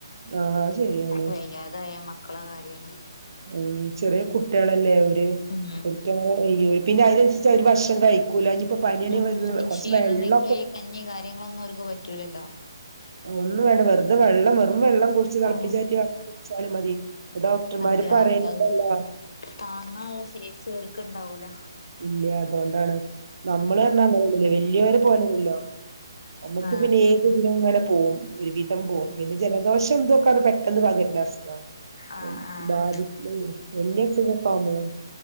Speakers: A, on the right; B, on the left.
A: ആഹ് ശരിയാണ്
B: വയ്യാതായ മക്കളെ കാര്യാണ്.
A: ഉംചെറിയ കുട്ടികളല്ലേ ഓര്
B: ഉം
A: ഒരിക്ക്യ ങ്ങനെ പിന്നെ അതിനനുസരിച്ച് അവര് ഭക്ഷണംകഴൂക്കുല അ പനിയൊക്കെ
B: ഉം
A: വെന്ന് കുറച്ച്
B: ക്ഷീണം
A: വെള്ള
B: ഉണ്ടെങ്കില് ഈ കഞ്ഞി കാര്യങ്ങളൊന്നും അവർക്ക് പറ്റൂലല്ലോ
A: ഒന്നും വേണ്ട വെറുതെ വെള്ളം വെറും വെള്ളം കുടിച്ച് തിളപ്പിച്ചാറ്റി
B: ആഹ്
A: കുടിച്ചാലും മതി. ഡോക്ടർമാര്
B: അഞ്ച
A: പറയണണ്ടല്ലോ,
B: അപ്പ അത് താങ്ങാനുള്ള ശേഷി അവർക്ക് ഇണ്ടാവൂല.
A: ഇല്ല അതുകൊണ്ടാണ് നമ്മള് റഞ്ഞ അങ്ങനെല്ലല്ലൊ വല്യവര് പോലല്ലല്ലോ. നമുക്ക്
B: ആഹ്
A: പിന്നെ ഏത്ദിനലും ഇങ്ങനെ പോവും ഒരുവിധം പോവും പിന്നെ ജലദോഷം ന്തൊക്കെ അ പെട്ടെന്ന് പകരം <unintelligible> സുഖം
B: ആഹ് ആഹ്
A: ബാധിച്ച് വലിയ സുഖക്കുമോം